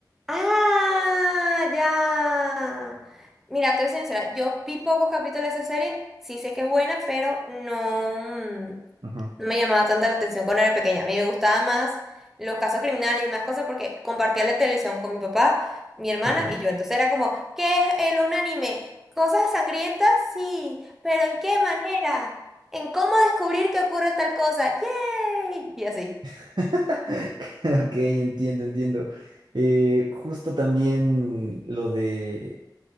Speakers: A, in the centre; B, on the right (about 75°).
A: Ah, ya. Mira, te voy a ser sincera, yo vi pocos capítulos de esa serie, sí sé que es buena, pero no. mm,
B: Ajá,
A: no me llamaba tanta la atención cuando era pequeña. A mí me gustaba más los casos criminales y más cosas porque compartía la televisión con mi papá, mi hermana
B: Ok.
A: y yo. Entonces era como, ¿qué es el un anime? ¿Cosas sangrientas? Sí, pero ¿en qué manera? ¿En cómo descubrir que ocurre tal cosa? ¡Yay! Y así.
B: <laughs> Ok, entiendo, entiendo. Eh, justo también lo de,